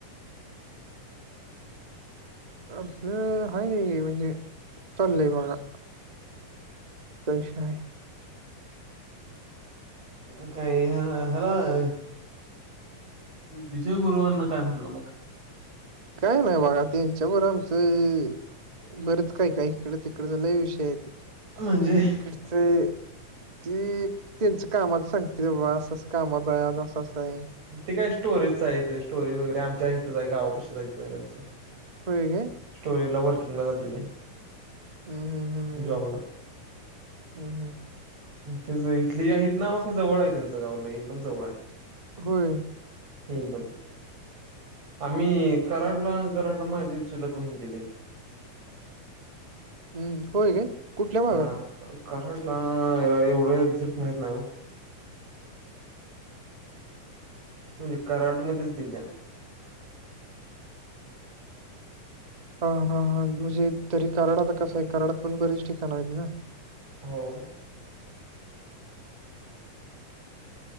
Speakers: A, on the right (about 20°); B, on the right (about 50°).
A: आपलं हाय म्हणजे चाललंय बघा. असा विषय आहे.
B: मग काय हिला. <unintelligible> विजय गुरुवांना काय म्हटलं मग?
A: काय नाही बाघा त्यांच्यावर आमचं बरंच काही, काही इकड, तिकड लई विषय हाय ते
B: म्हणजे
A: इकडचं ती त्यांच्या कामात सांगते बा असं, असं कामाचं आहे आज असं आहे.
B: ते काय स्टोरेजच आहे तेे स्टोरेज वगैरे आमच्या इथंच आहे गावापशी जायचं ह्यांच.
A: होय काय?
B: स्टोरेज ला वर्किंग ला जाते.
A: हम्म, हम्म. हम्म
B: जॉबला.
A: हम्म, हम्म.
B: ते इथली इथना म अस जवळ आहे त्यांचं गाव लयी एकदम जवळ आहे.
A: होय.
B: एकदम. आम्ही कराडला, कराडला माझी चुलत बहीण दिली आहे.
A: हम्म, होय काय कुठल्या भागात?
B: अ कराडला, एवढं एक्झिट माहित नाही ओ. म्हणजे कराडमध्येच दिल्या.
A: हा हा हा, म्हणजे तरी कराड आता कसंय, कराडात पण बरेच ठिकाणं हायत ना.
B: हो.